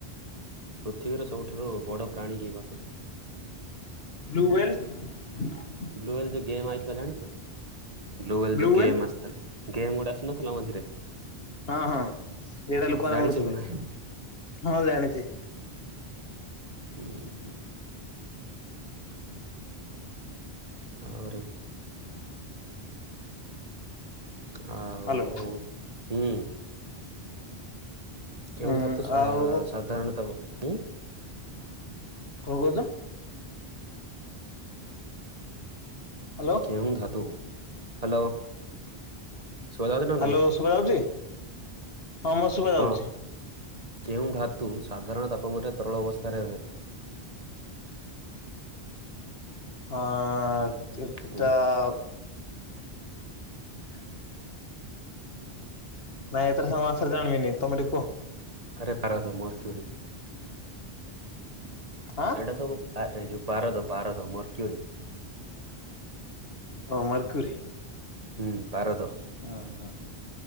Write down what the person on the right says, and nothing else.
ପୃଥିବୀର ସବୁଠାରୁ ବଡ ପ୍ରାଣୀ କିଏ କହ?
ବ୍ଲୁୱେଲ ଦ ଗେମ୍ ଆଇଥିଲା ଜାଣିଛ blue whale
the game
ଆସିଥିଲା। ଗେମ୍ ଗୁଡା ଆସୁନଥିଲା ମଝିରେ
ଜାଣିଛୁ
ନା ନାଇଁ
ହଁ। <unintelligible> ତାପରେ ଆଉ,
ହୁଁ। କେଉଁ
ଧାତୁ ସା
ଆ ସାଧାରଣତଃ ମୁଁ
କେଉଁ ଧାତୁ ହ୍ୟାଲୋ। ଶୁଭାଯାଉଛି ନା
ନାଇଁ?
ହଁ
କେଉଁ ଧାତୁ ସାଧାରଣ ତାପମ୍ରାରେ ତରଳ ଅବସ୍ଥାରେ ରହେ?
ଉଁ
ଆରେ ପାରଦ ମୋର କ୍ୱିରି।
ଏଇଟା ସବୁ ଏ ଯୋଉ ପାରଦ ପାରଦ ମୋର କ୍ୱରି।
ହୁଁ ପାରଦ